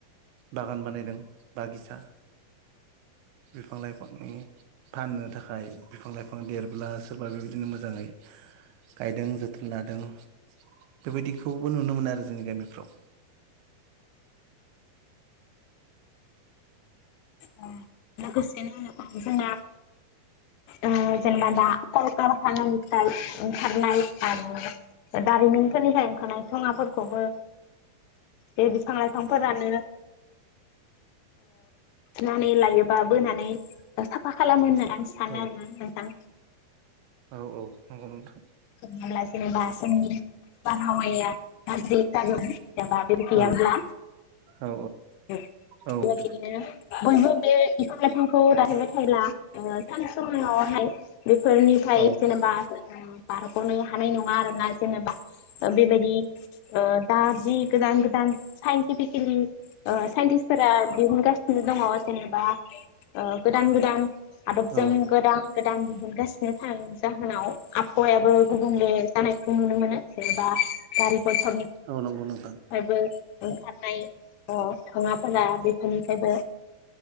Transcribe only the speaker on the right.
बागान बानायदों बागिसा बिफां लाइफांनि फाननो थाखाय बिफां लाइफां देरब्ला सोरबा बेबायदिनो मोजाङै गायदों जोथोन लादों बेबायदिखौबो नुनो मोनो आरो जोंनि गामिफ्राव।
औ
औ औ नंगौ नोंथां
औ औ
औ
औ
औ
औ नंगौ नोंथां